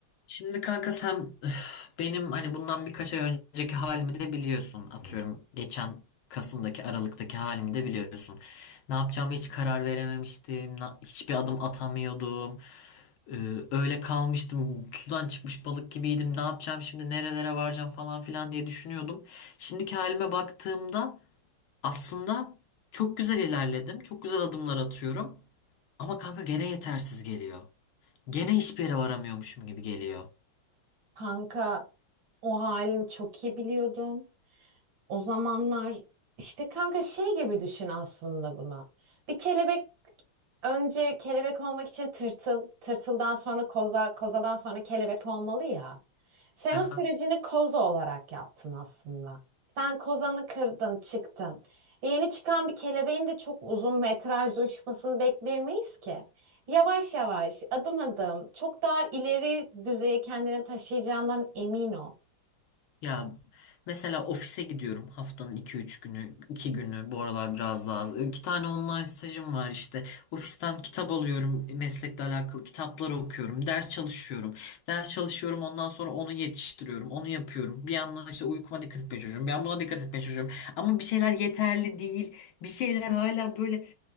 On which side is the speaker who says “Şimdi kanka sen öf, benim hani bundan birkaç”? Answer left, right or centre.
Left